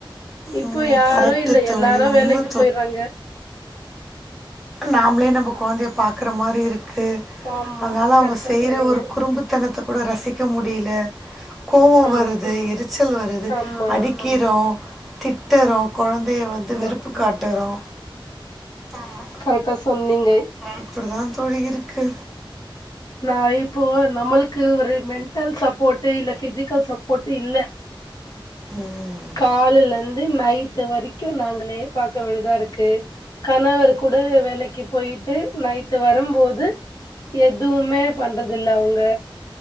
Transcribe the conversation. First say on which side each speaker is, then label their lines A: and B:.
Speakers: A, on the left (about 45°); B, in the centre.
A: இப்போ
B: ம்
A: யாரும்
B: கரெக்ட்டு
A: இல்லை
B: தோழி.
A: எல்லாரு வேலைக்கு
B: உண்ம
A: போய்றாங்க
B: நாம்ப்ளே நம்ப கொழந்தைய பாக்கற மாரி இரு க்கு
A: ஆமா
B: அதனால அவுங்க
A: கரெக்டா
B: செய்ற
A: சொன்னீங்க
B: ஒரு குறும்புத்தனத்த கூட ரசிக்க முடி டியில கோவோ
A: ஆமா
B: வருது எரிச்சல் வருது
A: ஆமா
B: அடிக்கிறோ திட்டரு கொழந்தைய வந்து
A: ஆமா
B: வெறுப்பு காட்டுறோ ஆமா
A: கரெக்டா சொன்னீங்க
B: இப்பிடி தா தோழி இருக்கு
A: நா இப்போ நம்மளுக்கு ஒரு மென்டல் சப்போட்டு இல்ல பிசிக்கல் சப்போட்டு இல்ல
B: ம்
A: காலில இருந்து நைட்டு வரிக்கு நாங்களே பாக்க வேண்டிதாருக்கு கணவர் கூட வேலைக்கு போயிட்டு நைட்டு வரும்போது எது எதுமே பண்றதுல்ல அவுங்க